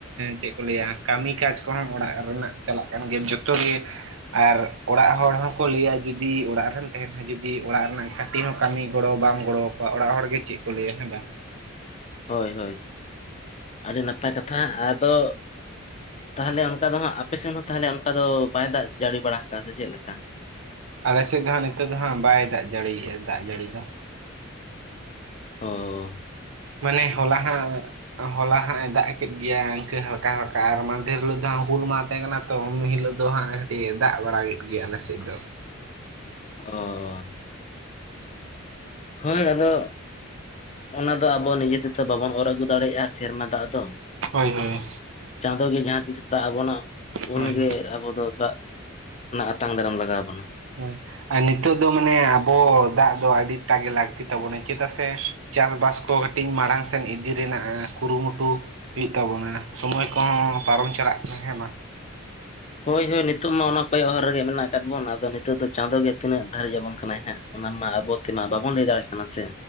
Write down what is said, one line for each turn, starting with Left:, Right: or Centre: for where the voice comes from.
Right: ᱪᱮᱫ ᱠᱚ ᱞᱟᱹᱭᱟ? ᱠᱟᱹᱢᱤ ᱠᱟᱡᱽ ᱠᱚᱦᱚᱸ ᱚᱲᱟᱜ ᱨᱮᱱᱟᱜ ᱪᱟᱞᱟᱜ ᱠᱟᱱ ᱜᱮᱭᱟ᱾ ᱡᱷᱚᱛᱚ ᱜᱮ ᱟᱨ ᱚᱲᱟᱜ ᱦᱚᱲ ᱦᱚᱸᱠᱚ ᱞᱟᱹᱭᱟ ᱡᱩᱫᱤ ᱚᱲᱟᱜ ᱨᱮᱢ ᱛᱟᱦᱮᱱ ᱦᱚᱸ ᱡᱩᱫᱤ ᱚᱲᱟᱜ ᱨᱮᱱᱟᱜ ᱠᱟᱹᱴᱤᱡ ᱦᱚᱸ ᱠᱟᱹᱢᱤ ᱜᱚᱲᱚ ᱵᱟᱢ ᱜᱚᱲᱚ ᱟᱠᱚᱣᱟ᱾ ᱚᱲᱟᱜ ᱦᱚᱲ ᱜᱮ ᱪᱮᱫ ᱠᱚ ᱞᱟᱹᱭᱟ ᱦᱮᱸ ᱵᱟᱝ?
Left: ᱦᱳᱭ ᱦᱳᱭ ᱦᱳᱭ, ᱟᱹᱰᱤ ᱱᱟᱯᱟᱭ ᱠᱟᱛᱷᱟ᱾ ᱟᱫᱚ ᱛᱟᱦᱚᱞᱮ ᱚᱱᱠᱟ ᱫᱚ ᱦᱟᱸᱜ ᱟᱯᱮᱥᱮᱫ ᱦᱚᱸ ᱛᱟᱦᱚᱞᱮ ᱚᱱᱠᱟ ᱫᱚ ᱵᱟᱭ ᱫᱟᱜ ᱡᱟᱹᱲᱤ ᱵᱟᱲᱟ ᱟᱠᱟᱫᱟ ᱥᱮ ᱪᱮᱫ ᱞᱮᱠᱟ?
Right: ᱟᱞᱮ ᱥᱮᱫ ᱫᱚ ᱦᱟᱜ ᱱᱤᱛᱚᱜ ᱫᱚ ᱦᱟᱸᱜ ᱵᱟᱭ ᱫᱟᱜ ᱡᱟᱹᱲᱤᱭᱼᱟ᱾ ᱫᱟᱜ ᱡᱟᱹᱲᱤ ᱫᱚ᱾
Left: ᱚᱸ᱾
Right: ᱢᱟᱱᱮ ᱦᱚᱞᱟ ᱦᱚᱸᱜ ᱦᱚᱞᱟ ᱦᱟᱸᱜ ᱮ ᱫᱟᱜ ᱠᱮᱫ ᱜᱮᱭᱟ᱾ ᱤᱱᱠᱟᱹ ᱦᱟᱞᱠᱟ ᱦᱟᱞᱠᱟ ᱟᱨ ᱢᱟᱫᱷᱮᱨ ᱦᱤᱞᱳᱜ ᱫᱚ ᱦᱟᱸᱜ ᱦᱩᱞ ᱢᱟ ᱛᱟᱦᱮᱸ ᱠᱟᱱᱟ᱾ ᱛᱚ ᱩᱱ ᱦᱤᱞᱳᱜ ᱫᱚ ᱦᱟᱸᱜ ᱠᱟᱹᱴᱤᱡ ᱫᱟᱜ ᱵᱟᱲᱟ ᱠᱮᱫ ᱜᱮᱭᱟ᱾ ᱟᱞᱮ ᱥᱮᱫ ᱫᱚ᱾
Left: ᱚᱸ᱾ ᱦᱳᱭ ᱟᱫᱚ ᱚᱱᱟ ᱫᱚ ᱟᱵᱚ ᱱᱤᱡᱮ ᱛᱮᱫᱚ ᱵᱟᱵᱚᱱ ᱚᱨ ᱟᱹᱜᱩ ᱫᱟᱲᱮᱭᱟᱜᱼᱟ, ᱥᱮᱨᱢᱟ ᱫᱟᱜ ᱫᱚ᱾
Right: ᱦᱳᱭ ᱦᱳᱭ
Left: ᱪᱟᱸᱫᱚ ᱜᱮ ᱡᱟᱦᱟᱸᱛᱤᱥᱮ ᱫᱟᱜ ᱟᱵᱚᱱᱟ ᱩᱱᱜᱮ
Right: ᱦᱳᱭ
Left: ᱟᱵᱚ ᱫᱚ ᱫᱟᱜ ᱨᱮᱱᱟᱜ ᱟᱛᱟᱝ ᱫᱟᱨᱟᱢ ᱞᱟᱜᱟᱣ ᱵᱚᱱᱟ᱾
Right: ᱦᱳᱭ ᱟᱨ ᱱᱤᱛᱚᱜ ᱫᱚ ᱢᱟᱱᱮ ᱟᱵᱚ ᱫᱟᱜ ᱫᱚ ᱟᱹᱰᱤᱴᱟᱜ ᱜᱮ ᱞᱟᱹᱠᱛᱤ ᱛᱟᱵᱚᱱᱟ᱾ ᱪᱮᱫᱟᱜ ᱥᱮ ᱪᱟᱥᱵᱟᱥ ᱠᱚ ᱠᱟᱹᱴᱤᱡ ᱢᱟᱲᱟᱝ ᱥᱮᱱ ᱤᱫᱤ ᱨᱮᱱᱟᱜ ᱠᱩᱨᱩᱢᱩᱴᱩ ᱦᱩᱭᱩᱜ ᱛᱟᱵᱚᱱᱟ᱾ ᱥᱚᱢᱚᱭ ᱠᱚᱦᱚᱸ ᱯᱟᱨᱚᱢ ᱪᱟᱞᱟᱜ ᱠᱟᱱᱟ ᱦᱮᱸ ᱢᱟ᱾
Left: ᱦᱳᱭ ᱦᱳᱭ, ᱱᱤᱛᱚᱜ ᱢᱟ ᱚᱱᱟ ᱠᱚᱭᱚᱜ ᱦᱚᱨ ᱨᱮᱜᱮ ᱢᱮᱱᱟᱜ ᱟᱠᱟᱫ ᱵᱚᱱ᱾ ᱟᱫᱚ ᱱᱤᱛᱚᱜ ᱫᱚ ᱪᱟᱸᱫᱚ ᱜᱮ ᱛᱤᱱᱟᱹᱜ ᱫᱷᱟᱹᱨᱤᱡ ᱟᱵᱚᱱ ᱠᱟᱱᱟᱭ ᱦᱟᱸᱜ ᱚᱱᱟ ᱢᱟ ᱟᱵᱚ ᱛᱮᱢᱟ ᱵᱟᱵᱚᱱ ᱞᱟᱹᱭ ᱫᱟᱲᱮᱭᱟᱜ ᱠᱟᱱᱟ ᱥᱮ?